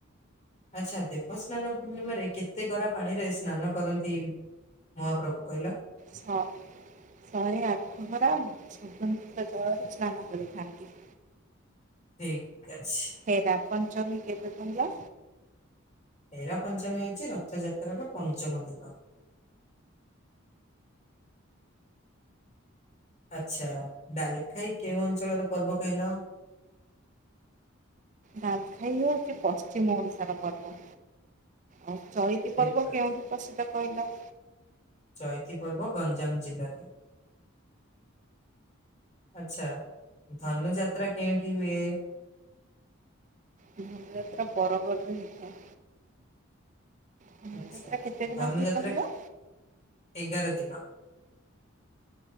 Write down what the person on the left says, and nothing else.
ଆଚ୍ଛା ଦେବସ୍ନାନ ପୂର୍ଣ୍ଣିମାରେ କେତେ ଗରା ପାଣି ରେ ସ୍ନାନ କରନ୍ତି? ମହାପ୍ରଭୁ କଇଲ
ଠିକ ଅଛି।
ହେରା ପଞ୍ଚମୀ ଅଛି ରଥଯାତ୍ରାର ପଞ୍ଚମ ଦିନ। ଆଚ୍ଛା ଡାଲଖାଇ କେଉଁ ଅଞ୍ଚଳର ପର୍ବ କହିଲ?
ଠିକ
କଥା
ଚଇତି ପର୍ବ ଗଞ୍ଜାମ ଜିଲ୍ଲାରେ ଆଚ୍ଛା। ଧନୁ ଯାତ୍ରା କେଉଁଠି ହୁଏ?
ଆଚ୍ଛା
ଧନୁ
ଯାତ୍ରା
ଏଗାର ଦିନ।